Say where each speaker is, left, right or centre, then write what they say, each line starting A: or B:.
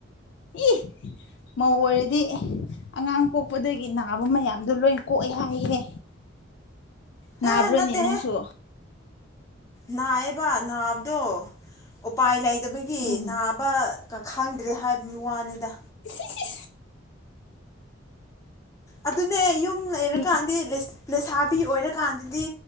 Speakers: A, on the left; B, on the left.
A: ꯏ ꯃꯧ ꯑꯣꯏꯔꯗꯤ ꯑꯉꯥꯡ ꯄꯣꯛ ꯄꯨꯗꯒꯤ ꯅꯥꯕ ꯃꯌꯥꯝꯗꯣ ꯂꯣꯏꯅ ꯀꯣꯛꯑꯦ ꯍꯥꯏꯍꯦ
B: ꯍꯦ
A: ꯅꯥꯕ꯭ꯔꯣꯅꯦ
B: ꯅꯠꯇꯦꯍꯦ
A: ꯅꯪꯁꯨ
B: ꯅꯥꯏꯌꯦꯕ ꯅꯥꯕꯗꯣ ꯎꯄꯥꯏ ꯂꯩꯇꯕꯒꯤ
A: ꯎꯝ
B: ꯅꯥ ꯕ ꯀ ꯈꯪꯗ꯭ꯔꯦ ꯍꯥꯏꯕꯅꯤ ꯋꯥꯅꯤꯗ
A: ꯏꯁꯤ ꯁꯤꯁ
B: ꯑꯗꯨꯅꯦ ꯌꯨꯝ ꯂꯩꯔꯀꯥꯟꯗꯤ
A: ꯃꯤ
B: ꯂꯤꯁ ꯂꯩꯁꯥꯕꯤ ꯑꯣꯏꯔꯀꯥꯟꯗꯗꯤ